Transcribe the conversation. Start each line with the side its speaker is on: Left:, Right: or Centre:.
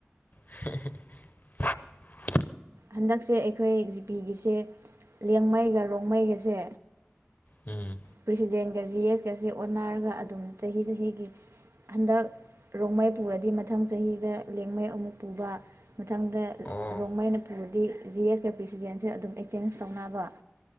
Left: ꯍꯤ ꯍꯤ <inaudible>
Right: ꯍꯟꯗꯛꯁꯦ ꯑꯩꯈꯣꯏ ꯖꯤꯄꯤꯒꯤꯁꯦ ꯂꯦꯡꯃꯩꯒ ꯔꯣꯡꯃꯩꯒꯁꯦ
Left: ꯎꯝ
Right: ꯄ꯭ꯔꯁꯤꯗꯦꯟꯒ ꯖꯤ ꯑꯦꯁꯀꯁꯦ ꯑꯣꯟꯅꯔꯒ ꯑꯗꯨꯝ ꯆꯍꯤ ꯆꯍꯤꯒꯤ ꯍꯟꯗꯛ ꯔꯣꯡꯃꯩ ꯄꯨꯔꯗꯤ ꯃꯊꯪ ꯆꯍꯤꯗ ꯂꯤꯌꯥꯡꯃꯩ ꯑꯃꯨꯛ ꯄꯨꯕ ꯃꯊꯪꯗ
Left: ꯑꯣ
Right: ꯔꯣꯡꯃꯩꯅ ꯄꯨꯔꯗꯤ ꯖꯤ ꯑꯦꯁ ꯀꯦ ꯄꯔꯤꯁꯤꯗꯦꯟꯁꯦ ꯑꯗꯨꯝ ꯑꯦꯛꯆꯦꯟꯖ ꯇꯧꯅꯕ